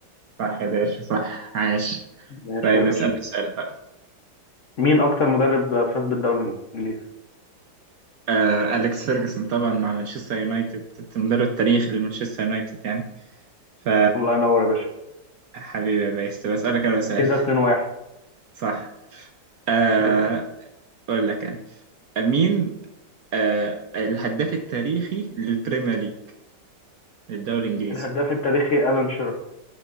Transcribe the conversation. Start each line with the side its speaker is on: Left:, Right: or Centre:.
Right: صح يا باشا صح عاش
Left: ماشي
Right: طيب
Left: يا باشا
Right: اسألني سؤال بقى
Left: مين اكتر مدرب فاز بالدوري الانجليزي
Right: آه أليكس فيرجسون طبعا مع مانشستر يونايتد المدرب التاريخي لمانشستر يونايتد يعني ف
Left: الله ينور يا باشا
Right: حبيبي يا باشا طب اسألك انا سؤال
Left: كده 2-1
Right: <laughs> صح آه
Left: اسال
Right: اقول لك انا مين آه الهداف التاريخي للبريمير ليج للدوري الانجليزي
Left: الهداف التاريخي الان شيرر